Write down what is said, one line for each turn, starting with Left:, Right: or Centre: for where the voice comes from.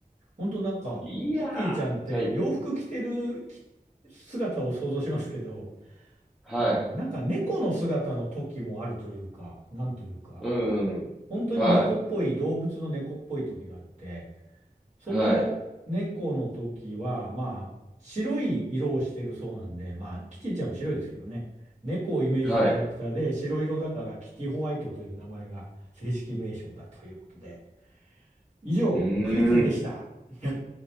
Right: ほんとなんか、
Centre: いや
Right: キティちゃんって洋服着てるき姿を想像しますけど、
Centre: ー。はい。はい。
Right: あの、なんか猫の姿の時もあるというか、なんというか、
Centre: うん、うん。
Right: 本当に猫っぽい、
Centre: はい。
Right: 動物の猫っぽい時があって、その猫の時は、
Centre: はい。
Right: まあ、白い色をしてるそうなんで、まあ、キティちゃんも白いですけどね。猫をイメージしたキャラクターで、
Centre: はい。
Right: 白色だからキティホワイトという名前が正式名称だということで。以上、
Centre: うー
Right: クイズでした。
Centre: ん。
Right: <laughs>